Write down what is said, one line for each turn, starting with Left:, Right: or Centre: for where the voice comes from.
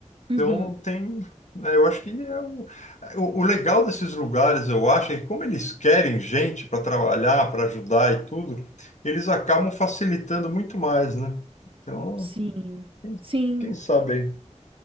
Right: uhum.
Left: Então tem, né, eu acho que é o, é, o, o legal desses lugares, eu acho, é que como eles querem gente para trabalhar, para ajudar e tudo, eles acabam facilitando muito mais, né? Então,
Right: Sim,
Left: quem,
Right: sim,
Left: quem sabe aí.